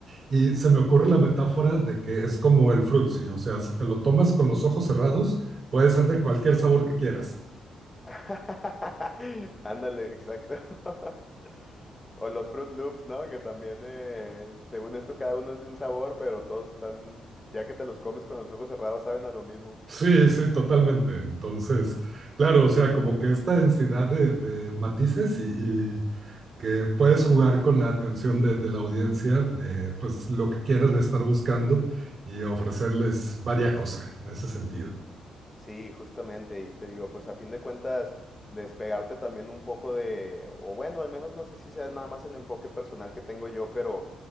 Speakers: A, on the right (about 40°); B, on the left (about 20°).
A: Y se me ocurre la metáfora de que es como el frutzi, o sea, si te lo tomas con los ojos cerrados, puede ser de cualquier sabor que quieras.
B: <laughs> Ándale, exacto. <laughs> O los Fruit Loops, ¿no? Que también, eh, según esto, cada uno es de un sabor, pero todos están, ya que te los comes con los ojos cerrados, saben a lo mismo.
A: Sí, sí, totalmente. Entonces, claro, o sea, como que esta densidad de, de matices y, y que puedes jugar con la atención de, de la audiencia de pues lo que quieran estar buscando y ofrecerles varias cosas en ese sentido. <laughs>
B: Sí, justamente, y te digo, pues a fin de cuentas, despegarte también un poco de, o bueno, al menos no sé si sea nada más el enfoque personal que tengo yo, pero